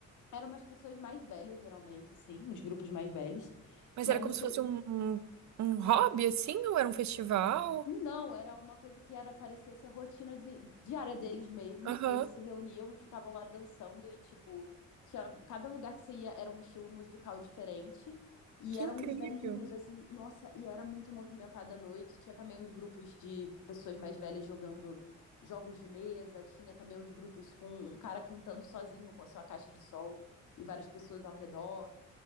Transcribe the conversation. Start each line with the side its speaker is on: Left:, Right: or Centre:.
Left: eram umas pessoas mais velhas, geralmente, assim, uns grupos mais velhos.
Right: Mas
Left: Mas
Right: era como
Left: você
Right: se fosse um, um um hobby, assim, ou era um festival?
Left: Não, era uma coisa que era parecia ser rotina de, diária deles mesmo.
Right: Aham,
Left: Eles se reuniam e ficavam lá dançando e tipo, tinha, cada lugar que você ia era um estilo musical diferente e
Right: Que
Left: eram
Right: incrível.
Left: uns velhinhos assim, nossa, e era muito movimentada a noite. Tinha também uns grupos de pessoas mais velhas jogando jogos de mesa, tinha também uns grupos com um cara cantando sozinho com a sua caixa de som e várias pessoas ao redor.